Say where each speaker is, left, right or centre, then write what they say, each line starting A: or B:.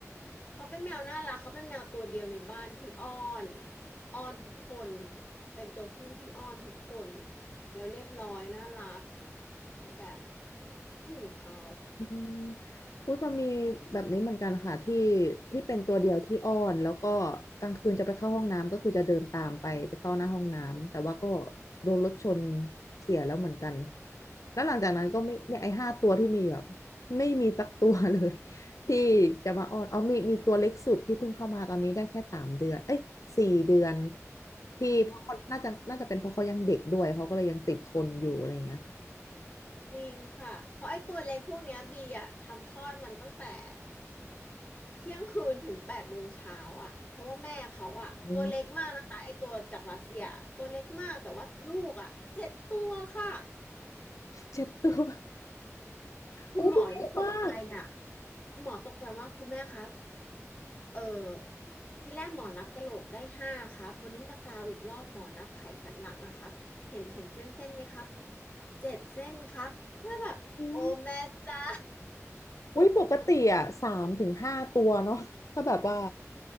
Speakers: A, on the left; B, on the left.
A: เขาเป็นแมวน่ารักเขาเป็นแมวตัวเดียวในบ้านที่อ้อนอ้อนทุกคนเป็นตัวผู้ที่อ้อนทุกคนแล้วเรียบร้อยน่ารักคือแบบคิดถึงเขา
B: อืมอุ้ยมันมีแบบนี้เหมือนกันค่ะที่ที่เป็นตัวเดียวที่อ้อนแล้วก็กลางคืนจะไปเข้าห้องน้ำก็คือจะเดินตามไปไปเข้าหน้าห้องน้ำแต่ว่าก็โดนรถชนเสียแล้วเหมือนกันแล้วหลังจากนั้นก็ไม่เนี่ยไอ้ห้าตัวที่มีแบบไม่มีสักตัวเลย <laughs> ที่จะมาอ้อนเอามีมีตัวเล็กสุดที่เพิ่งเข้ามาตอนนี้ได้แค่สามเดือนเอ้ยสี่เดือนที่เพราะเขาน่าจะน่าจะเป็นเพราะเขายังเด็กด้วยเขาก็เลยยังติดคนอยู่อะไรอย่างเงี้ยค่ะ
A: อืมจริงค่ะเพราะไอ้ตัวเล็กพวกเนี้ยบีอะทำคลอดมันตั้งแต่เที่ยงคืนถึงแปดโมงเช้าอะเพราะว่าแม่เขาอะตัวเล็กมากนะคะไอ้ตัวจากรัสเซียตัวเล็กมากแต่ว่าลูกอะเจ็ดตัวค่ะ
B: อืมเจ็ดตัว
A: คุณหมอยังตกใจอะ
B: อุ้ยเยอะมาก
A: คุณหมอตกใจว่าคุณแม่ครับ เออที่แรกหมอนับกะโหลกได้ห้าครับวันนี้มาซาวอีกรอบหมอนับไขสันหลังอะครับเห็นเห็นเส้นเส้นไหมครับเจ็ดเส้นครับแล้วแบบโอ้แม่เจ้า
B: อืมอุ้ยปกติอ่ะสามถึงห้าตัวเนาะถ้าแบบว่า